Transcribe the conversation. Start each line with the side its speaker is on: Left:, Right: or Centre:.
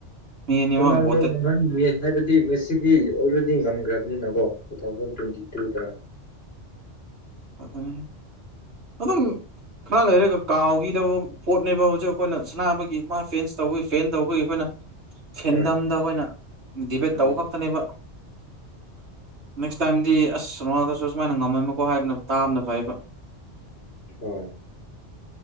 Right: ꯃꯤ ꯑꯅꯤꯃꯛ
Left: ꯔꯣꯅꯥꯜꯗꯣ
Right: ꯒꯣꯇꯦꯠ
Left: ꯃꯍꯟꯉꯦ ꯍꯥꯏꯕꯗꯤ ꯃꯦꯁꯤꯗꯤ ꯑꯣꯜꯔꯦꯗꯤ ꯗꯤ ꯉꯝꯈ꯭ꯔꯕꯅꯤꯅꯀꯣ ꯇꯨ ꯊꯥꯎꯖꯟ ꯇ꯭ꯋꯦꯟꯇꯤ ꯇꯨꯗꯅ
Right: ꯑꯗꯨ ꯑꯗꯨꯝ ꯈꯔ ꯂꯩꯔꯒ ꯀꯥꯎꯈꯤꯗꯕ ꯄꯣꯠꯅꯦꯕ ꯍꯧꯖꯤꯛ ꯑꯩꯈꯣꯏꯅ ꯁꯅꯥꯅꯕꯒꯤ ꯃꯥ ꯐꯦꯟꯁ ꯇꯧꯕꯒꯤ ꯐꯦꯟ ꯇꯧꯕꯒꯤ ꯑꯩꯈꯣꯏꯅ ꯁꯦꯟꯗꯝꯗ
Left: ꯍꯣꯏ
Right: ꯑꯩꯈꯣꯏꯅ ꯗꯤꯕꯦꯠ
Left: ꯎꯝ
Right: ꯇꯧꯕ ꯈꯛꯇꯅꯦꯕꯁ ꯇꯝꯗꯤ ꯑꯁ ꯔꯣꯅꯥꯜꯗꯣꯁꯨ ꯁꯨꯃꯥꯏꯅ ꯉꯝꯃꯝꯃꯀꯣ ꯍꯥꯏꯕꯅꯣ ꯇꯥꯕꯅ ꯐꯩꯌꯦꯕꯥ
Left: ꯍꯣꯏ